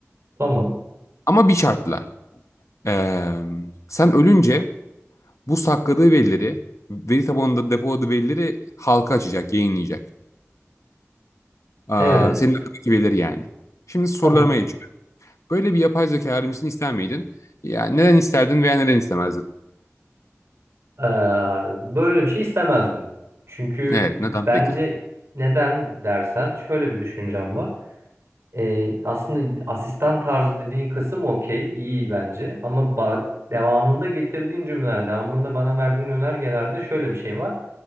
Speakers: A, on the right; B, on the left.
A: Tamam.
B: Ama bir şartla. e, sen ölünce bu sakladığı verileri, veri tabanında depoladığı verileri halka açacak, yayınlayacak. Aa,
A: Evet.
B: senin aklına gelir yani. Şimdi sorularıma
A: Tamam.
B: geçiyorum. Böyle bir yapay zeka öğrencisini ister miydin? Yani neden isterdin veya neden istemezdin?
A: Ee, böyle bir şey istemezdim. Çünkü
B: Evet, neden
A: bence
B: peki?
A: neden dersen şöyle bir düşüncem var. E, aslında asistan tarzı dediğin kısım okey, iyi bence. Ama ba- devamında getirdiğin cümleler, devamında bana verdiğin önergelerde şöyle bir şey var.